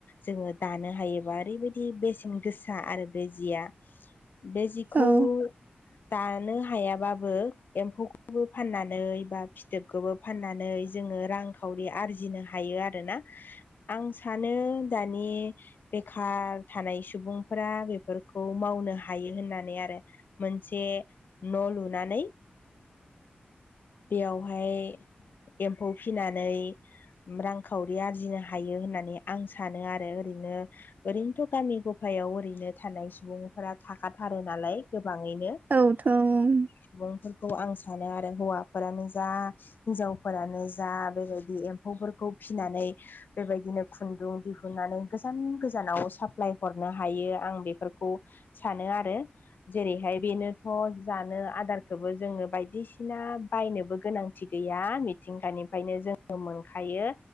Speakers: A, on the left; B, on the right.
A: जोङो दानो हायोबा ओरैबायदि बेसेन गोसा आरो बे जिया बे जिखौ
B: औ
A: दानो हायाबाबो एम्फौखौबो फाननानै बा फिथोबखोबो फाननानै जोङो रांखावरि आरजिनो हायो आरोना। आं सानो दानि। बेखार थानाय सुबुंफोरा बेफोरखौ मावनो हायो होननानै आरो। मोनसे न' लुनानै। बेयावहाय एम्फौ फिनानै। रांखावरि आरजिनो हायो होननानै आं सानो आरो ओरैनो। ओरैनोथ' गामि गफायाव ओरैनो थानाय सुबुंफोरा थाखाथारो नालाय गोबाङैनो।
B: औथ' ओम।
A: सुबुंफोरखौ आं सानो आरो हौवाफोरानो जा। हिनजावफोरानो जा बेबायदि एम्फौफोरखौ फिनानै बेबायदिनो खुन्दुं दिहुननानै गोजान गोजानाव साप्लाय हरनो हायो आं बेफोरखौ सानो आरो जेरैहाय बेनोथ' जानो आदारखोबो जोंनो बाय दिसिना बायनोबो गोनांथि गैया मिथिंगानिफ्रायनो जोङो मोनखायो